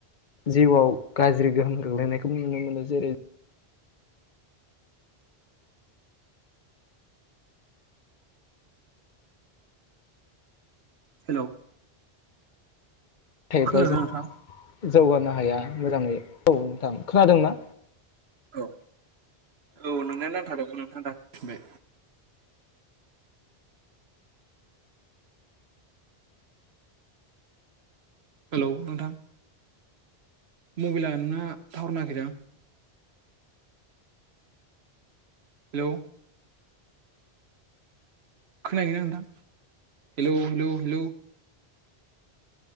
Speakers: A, on the left (about 50°); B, on the right (about 75°).
A: जिउआव गाज्रि गोहोम गोग्लैनायखौ नुनो मोनो जेरै-
B: हेल'
A: थायोब्ला
B: खोनादोंना
A: जों
B: नोंथां?
A: जौगानो हाया मोजाङै औ नोंथां खोनादों ना?
B: औ औ नोंनिया नांथाबदोंमोन नोंथां दा फिनबाय हेलौ नोंथां मबाइला नोंना टावार नाङाखैदां। हेलौ खोनायाखैना नोंथां हेलौ हेलौ हेलौ